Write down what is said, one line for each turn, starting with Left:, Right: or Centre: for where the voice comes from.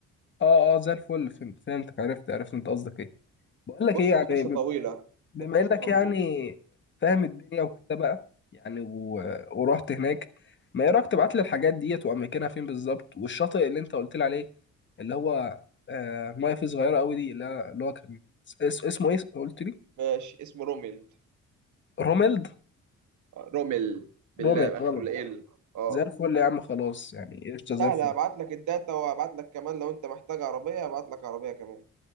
Left: اه اه زي الفل فهمت فهمتك عرفت عرفت انت قصدك ايه بقول لك
Right: بص
Left: ايه يعني
Right: القصة
Left: ب-
Right: طويلة
Left: بما
Right: القصة
Left: انك
Right: طويلة
Left: يعني فاهم الدنيا وكده بقى يعني و... ورحت هناك ما ايه رايك تبعت لي الحاجات ديت واماكنها فين بالظبط والشاطئ اللي انت قلت لي عليه اللي هو آه ميه فيه صغيره قوي دي اللي هو اللي هو كان اس... اسمه ايه قلت لي
Right: ماشي اسمه رومل
Left: روميلد
Right: آه، رومل بالله
Left: روميلد
Right: آخره
Left: روميلد
Right: ال اه
Left: زي الفل يا عم خلاص يعني قشطه
Right: سهلة
Left: زي الفل
Right: هبعت لك الداتا وهبعت لك كمان لو انت محتاج عربية هبعت لك عربية كمان